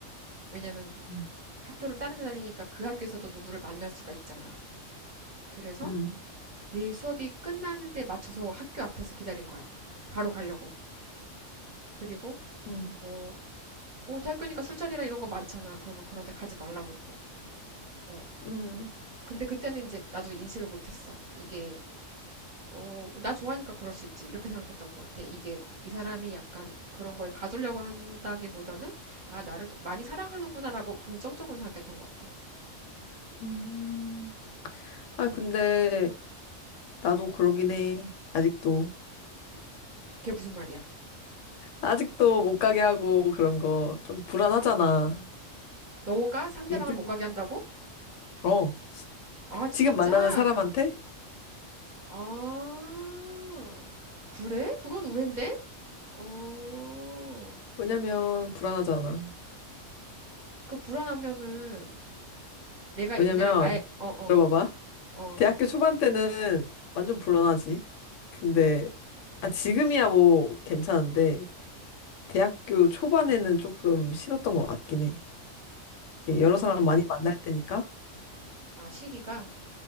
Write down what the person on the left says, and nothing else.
응,
응,
응,
응,
응. 아, 근데, 나도 그러긴 해. 아직도.
아직도 못 가게 하고, 그런 거. 좀 불안하잖아.
믿음,
어.
지금 만나는 사람한테?
왜냐면 불안하잖아.
왜냐면
들어봐봐.
대학교 초반 때는 완전 불안하지. 근데 아 지금이야 뭐 괜찮은데 대학교 초반에는 조금 싫었던 것 같긴 해.
이게 여러 사람 많이 만날 때니까.